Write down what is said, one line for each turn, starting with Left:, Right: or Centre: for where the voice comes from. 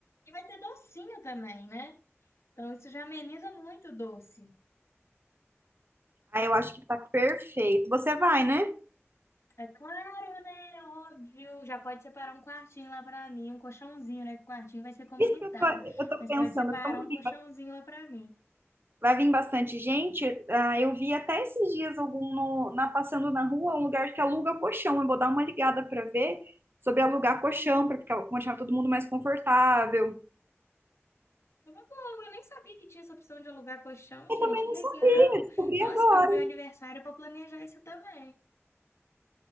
Left: E vai ter docinho também, né? Então isso já ameniza muito o doce.
Right: Aí eu acho que tá perfeito. Você vai, né?
Left: É claro, né? Óbvio. Já pode separar um quartinho lá para mim, um colchãozinho, né? Que o quartinho vai ser comunitário,
Right: Isso que eu tô, eu tô
Left: mas
Right: pensando,
Left: pode separar
Right: como
Left: um
Right: vi-
Left: colchãozinho lá para mim.
Right: vai vir bastante gente, ah, eu vi até esses dias algum no- na passando na rua, um lugar que aluga colchão. Eu vou dar uma ligada pra ver sobre alugar colchão para ficar, deixar todo mundo mais confortável.
Left: É uma boa, eu nem sabia que tinha essa opção de alugar colchão,
Right: Eu
Left: gente.
Right: também
Left: Que
Right: não
Left: legal!
Right: sabia, descobri
Left: Nossa,
Right: agora.
Left: pro meu aniversário eu vou planejar isso também.